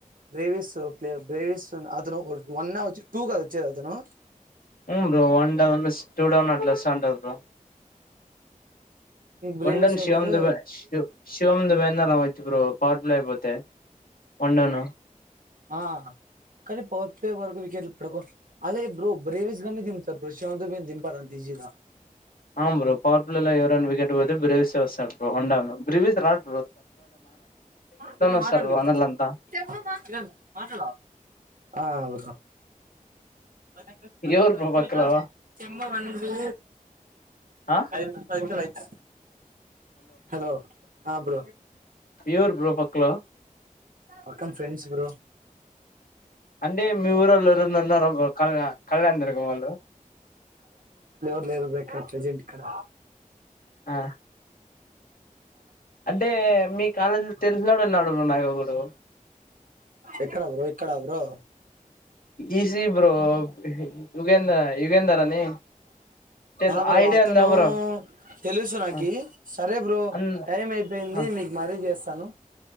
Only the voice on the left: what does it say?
వును బ్రో వన్ డౌ టూ డౌట్లస్ అట్ల వస్తంటది బ్రో
వండన్
శివ దుబ శివ దుబాన్న రా చ్చు బ్రో పట్ అల అయిపోతే వండను
ఆవును బ్రో పవర్ ఫుల్ ల ఎవరన్న వికెట్ పోతే బ్రెవిస్ వస్తాడు బ్రో వండాలో బ్రెవిస్ రాడ్
వస్తారు
వనర్లంతా
ఎవరు బ్రో
పక్కలో
ఆ
ఎప్పుడు బ్రో పక్కలో
అంటే మీ ఊరోళ్ళు ఎవరైనా ఉన్నర కళ్యాణ కళ్యాణదుర్గం వాళ్ళు
ఆ అంటే మీ కాలేజీ తెలిసినడు అన్నాడు బ్రో నా కూడడు
ఈసీ బ్రో యుగేందర్ యుగేందర్ అని తెల్
ఐడియా
ఉందా బ్రో
ఆ!
అన్
ఆ!